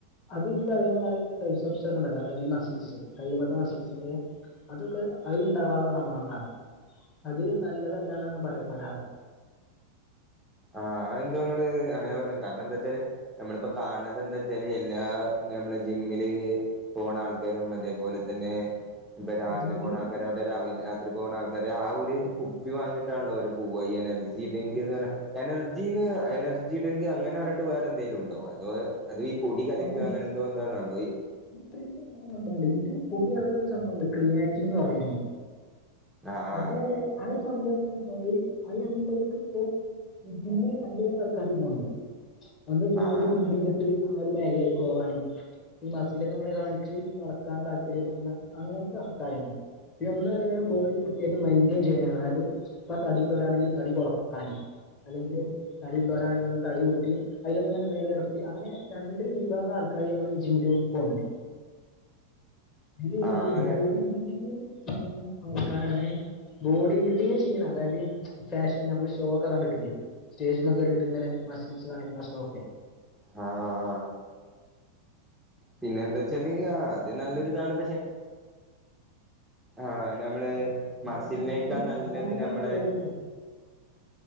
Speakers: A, on the left (about 30°); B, in the centre.
A: അത് ഈ പറയുന്നമാതിരി <unintelligible> ഒക്കെ ഉണ്ടല്ലോ അതായത് മസിൽസ് കൈയ്യുമേക്കെ മസിൽസൊക്കെ അതൊക്കെ അത് ഇണ്ടാകാനുള്ള സംഭവങ്ങളാണ് അത് നല്ലതല്ലാന്നാണ് പറയപ്പെടാത്
B: ആഹ് അത് എന്തോ ങ്ങള് അങ്ങനെ പറഞ്ഞേ കാരണം എന്താ വെച്ചാല് നമ്മളിപ്പോ കാണണത് എന്താ വെച്ചാല് എല്ലാ നമ്മള് ജിമ്മില് പോണ ആൾക്കാരും അതേപോലെ തന്നെ ഇപ്പ രാവിലെ
A: ജിമ്മില്
B: പോണ ആൾക്കാര രാവിലെ രാത്രി പോകുന്ന ആൾക്കാരെ ആ ഒരു കുപ്പി വാങ്ങിട്ടാണല്ലോ അവര് പോവാ ഈ എനർജി ഡ്രിങ്ക് എന്ന് പറഞ്ഞ എനർജീന്ന് എനർജി ഡ്രിങ്ക് അങ്ങനെ പറഞ്ഞിട്ട് വേറെ എന്തെലും ഉണ്ടോ അതോ അതീ പൊടി കലക്ക
A: എനർ
B: അങ്ങനെ എന്തോ എന്തോണാണ്ടോ ഈ
A: <unintelligible> സംഭവണ്ട് ഇതിൽ പുതിയ നടക്കുന്ന ഒരു സംഭവം ഒണ്ട് ക്രീയാറ്റിംഗ് എന്ന് പറയാണ്
B: ആഹ് ആഹ്
A: അത് അത് സംഭവ എന്താച്ചാല് അത് ഞമ്മൾക്കിപ്പോ ഇതില് രണ്ടു തരം ആൾക്കാര് പോണ് ണ്ട് ഒന്ന് ബോഡി
B: ആഹ് ആഹ്
A: ബിൽഡീതിട്ട് ആ ഒരു മേഖലേക്ക് പോവാന് ഈ മസിലൊക്കെങ്ങനെ കാണിച്ച് നടക്കാൻ താല്പര്യപ്പെടുന്ന അങ്ങനത്തെ ആൾക്കാര്ണ്ട് പിന്നെ ഒന്നും അറിലെങ്കി ബോഡി വൃത്തിയായിട്ട് മെയിന്റൻ ചെയ്യാ അതായത് ഇപ്പ തടിള്ളോരാണെങ്കി തടി കൊറക്കാൻ അല്ലെങ്കില് തടി ഉള്ളോരാണെങ്കിലും തടി കൂട്ടി അയിലൊന്നിങ്ങനെ നില നിർത്തി അങ്ങനെ രണ്ട് വിഭാഗം ആൾക്കാര് നമ്മള് ഈ ജിമ് ഗ്രൂപ്പൊണ്ട് അയില്
B: ആഹ്
A: മറ്റേ
B: അങ്ങനെ
A: ബോഡി ബിൽഡിങ് ചെയ്യുന്ന ആൾക്കാരാണ് ബോഡി ബിൽഡിങ് ചെയ്യണ അതായത് ഫാഷൻ നമ്മള് ഷോ ഒക്കെ കണ്ടിട്ടില്ലേ സ്റ്റേജുമ്മെ കേറിട്ടിങ്ങനെ മസിൽസ് കാണിക്ക്ണ ഷോ ഒക്കെ
B: ആ പിന്നെ എന്താച്ചാല് ആ
A: അങ്ങനെയാണ്
B: അത് നല്ലൊരിതാണ് പക്ഷെ
A: <unintelligible>
B: ആഹ് നമ്മള് മസിലിനേക്കാൾ നല്ലത് നമ്മളെ